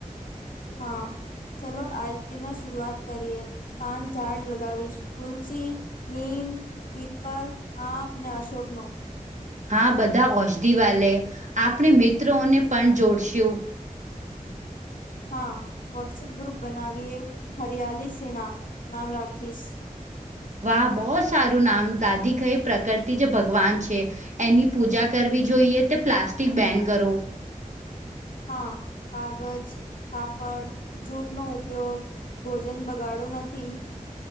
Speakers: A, on the left; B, on the right.
A: હા ચલો આજથી ન શરૂઆત કરીએ. પાન ઝાડ લગાવીશ તુલસી નીમ. પીમ્પલ એપલ આમ ને અશોક નો
B: હા બધા ઔષધિ વાલે આપણે મિત્રોને પણ જોડશું.
A: હા વોટ્સપ ગ્રુપ બનાવીએ હરિયાલી સેના નામ રાખીશ.
B: વાહ બહ જ સારું નામ દાદી કઈ પ્રકતિ જે ભગવાન છે. એની પૂજા કરવી જોઈએ તે પ્લાસ્ટિક બેન કરો.
A: હા કાગજ પાપડ જૂટ નો ઉપયોગ ભોજન બગાડો નથી.